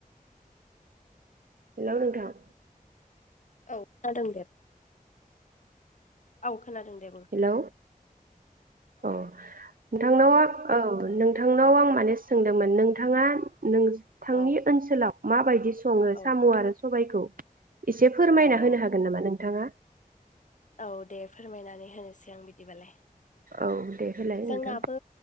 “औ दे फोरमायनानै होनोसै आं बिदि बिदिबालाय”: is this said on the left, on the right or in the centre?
Left